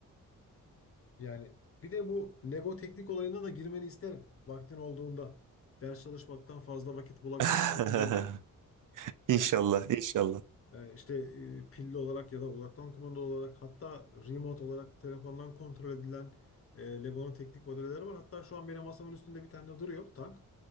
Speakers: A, on the left; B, on the right.
A: Yani bir de bu Lego teknik olayına da girmeni isterim. Vaktin olduğunda ders çalışmaktan fazla vakit bulabilirsin
B: <laughs>
A: yani bir gün.
B: İnşallah,
A: Yani
B: inşallah.
A: Yani işte e, pilli olarak ya da uzaktan kumanda olarak hatta remote olarak telefondan kontrol edilen e, Lego'nun teknik modelleri var. Hatta şu an benim masamın üstünde bir tane duruyor tank.